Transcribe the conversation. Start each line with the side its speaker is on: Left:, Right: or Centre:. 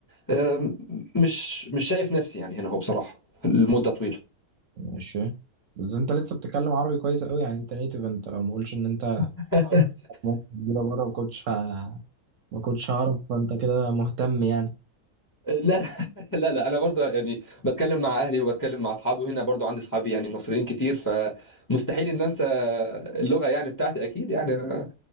Left: آم، مش مش شايف نفسي يعني هنا هو بصراحة لمدة طويلة
Right: ماشي بس انت لسه بتتكلم عربي كويس قوي يعني انت نيتف انت لو ما قلتش ان انت
Left: <laughs>
Right: ممكن كبيرة بره ما كنتش ه... ما كنتش هعرف فانت كده مهتم يعني
Left: لا <laughs> لا لا انا برضو يعني بتكلم مع اهلي وبتكلم مع اصحابي وهنا برضو عندي اصحابي يعني مصريين كتير فمستحيل ان انسى اللغه يعني بتاعتي اكيد يعني انا